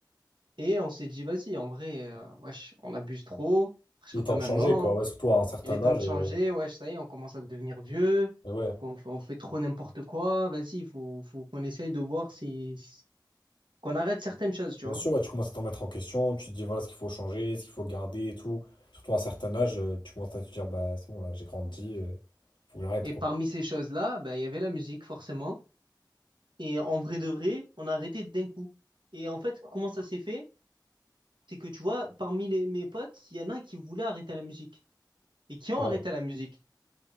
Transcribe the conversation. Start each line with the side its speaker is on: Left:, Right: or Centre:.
Right: Et on s'est dit, vas-y, en vrai, euh, wesh, on abuse trop. À partir
Left: il est
Right: de
Left: temps
Right: maintenant,
Left: de changer, quoi. Ouais, surtout à un certain
Right: il est temps
Left: âge.
Right: de changer.
Left: euh,
Right: Wesh, ça y est, on commence à devenir vieux.
Left: mais ouais,
Right: On, fait- on fait trop n'importe quoi. Vas-y, il faut faut qu'on essaye de voir si si- qu'on arrête certaines choses, tu
Left: bien
Right: vois.
Left: sûr, ouais, tu commences à te remettre en question, tu te dis, voilà ce qu'il faut changer, ce qu'il faut garder et tout. Surtout à un certain âge, euh, tu commences à te dire, bah, c'est bon, là, j'ai grandi, euh, faut que j'arrête,
Right: Et
Left: quoi.
Right: parmi ces choses-là, ben, il y avait la musique, forcément. Et en vrai de vrai, on a arrêté d'un coup. Et en fait, comment ça s'est fait? C'est que tu vois, parmi les- mes potes, il y en a qui voulaient arrêter la musique et qui ont
Left: Ouais,
Right: arrêté la musique.